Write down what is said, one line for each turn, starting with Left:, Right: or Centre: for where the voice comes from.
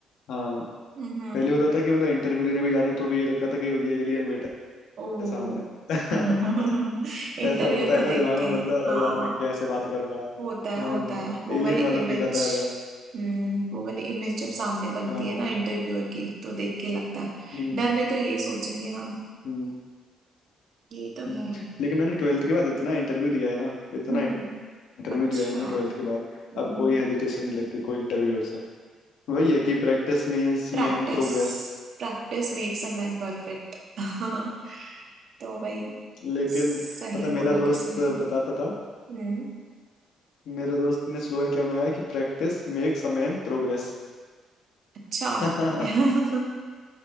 Left: हाँ
Right: हम्म हम्म
Left: पहले होता था कि मतलब इंटरव्यू देने भी जा रहे हैं तो भी ये लगता था कि भैया एलियन बैठा
Right: ओ
Left: है सामने <laughs>
Right: <laughs> इंटरव्यूअर
Left: ऐसा होता
Right: को
Left: है ना
Right: देख
Left: दिमाग में
Right: के
Left: मतलब
Right: हाँ
Left: अरे यार मैं कैसे बात करूंगा
Right: होता है
Left: हाँ
Right: होता है वो
Left: एलियन
Right: वाली
Left: वाला
Right: इमेज
Left: फील आता है अरे यार
Right: हम्म वो वाली इमेज जब सामने बनती
Left: हाँ
Right: है ना इंटरव्यूअर की तो देख के लगता है
Left: हम्म
Right: डर में तो यही सोचेंगे हम
Left: हम्म
Right: ये तो
Left: हम्म।
Right: है
Left: लेकिन मैंने ट्वेल्थ के बाद इतना इंटरव्यू दिया है ना इतना
Right: हम्म
Left: इंटरव्यू
Right: अच्छा
Left: दिया है मैंने ट्वेल्थ के बाद
Right: हम्म
Left: अब कोई हेजिटेशन नहीं लगती कोई इंटरव्यूअर से वही है कि प्रैक्टिस मीन्स
Right: Practice
Left: मेन प्रोग्रेस
Right: Practice makes a man perfect <laughs> तो वही
Left: लेकिन
Right: सही
Left: पता है, मेरा
Right: बोला
Left: दोस्त
Right: किसी ने
Left: बताता था
Right: हम्म
Left: मेरे दोस्त ने स्लोगन क्या बनाया कि practice makes a man progress
Right: अच्छा
Left: <laughs> क्योंकि
Right: <laughs>